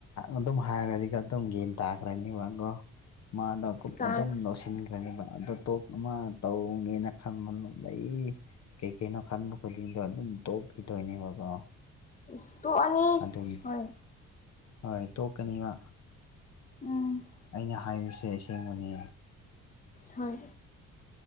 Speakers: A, on the left; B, on the left.
A: ꯑꯗꯨꯝ ꯍꯥꯏꯔꯗꯤꯒ ꯑꯗꯨꯝ ꯌꯦꯒꯟ ꯇꯥꯈ꯭ꯔꯅꯦꯕ ꯑꯗꯣ ꯃꯥꯗꯣ <inaudible>
B: ꯇꯥꯔꯔꯣꯏ
A: ꯑꯗꯨꯝ ꯂꯧꯁꯤꯟꯈ꯭ꯔꯅꯦꯕ ꯑꯗꯣ ꯇꯣꯛ ꯑꯃ ꯇꯧꯒꯦꯅ ꯈꯟꯕ ꯂꯩ ꯀꯩ ꯀꯩꯅꯣ ꯈꯟꯕ ꯈꯨꯗꯤꯡꯗꯣ ꯑꯗꯨꯝ ꯇꯣꯛꯈꯤꯗꯣꯏꯅꯦꯕꯀꯣ
B: ꯏꯁ ꯇꯣꯛꯑꯅꯤ
A: ꯑꯗꯨꯅꯤ
B: ꯍꯣꯏ
A: ꯍꯣꯏ ꯇꯣꯛꯀꯅꯤꯕ
B: ꯎꯝ
A: ꯑꯩꯅ ꯍꯥꯏꯕꯁꯦ ꯑꯁꯦꯡꯕꯅꯤ
B: ꯍꯣꯏ